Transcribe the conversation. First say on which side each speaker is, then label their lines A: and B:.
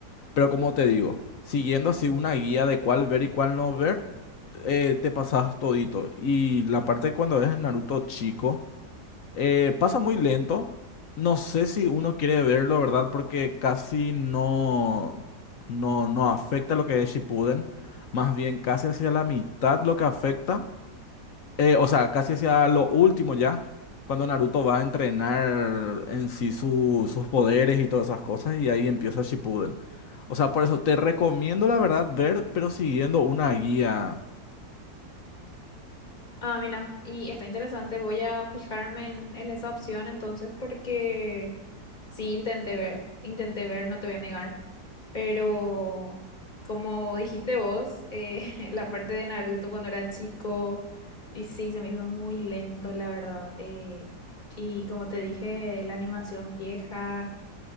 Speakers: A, on the left; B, on the left.
A: Pero como te digo, siguiendo así una guía de cuál ver y cuál no ver, eh, te pasas todito. Y la parte de cuando ves Naruto chico. Eh, pasa muy lento. No sé si uno quiere verlo, ¿verdad? Porque casi no, no, no afecta lo que es Shippuden. Más bien casi hacia la mitad lo que afecta. Eh, o sea, casi hacia lo último ya. Cuando Naruto va a entrenar en sí su- sus poderes y todas esas cosas. Y ahí empieza Shippuden. O sea, por eso te recomiendo, la verdad, ver, pero siguiendo una guía.
B: Ah, mira, y está interesante. Voy a fijarme en, en esa opción entonces porque sí intenté ver, intenté ver, no te voy a negar, pero como dijiste vos, eh, <laughs> la parte de Naruto cuando era chico, y sí, se me hizo muy lento, la verdad. eh, y como te dije, la animación vieja,